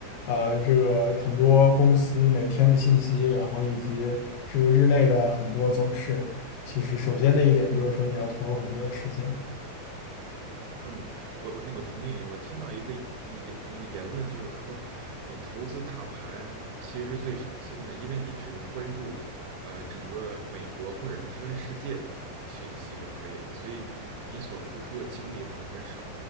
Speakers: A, on the left; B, on the right.
A: 呃，这个很多公司每天的信息，然后以及这个日内的很多走势。其实，首先的一点就是说，你要投入很多的时间。
B: 嗯，我我那我同意你。我听到一个那个言那个言论，就是说你投资大盘其实是最省心的，因为你只用关注呃整个美国或者它跟世界的讯息就可以了，所以你所付出的精力可能很少。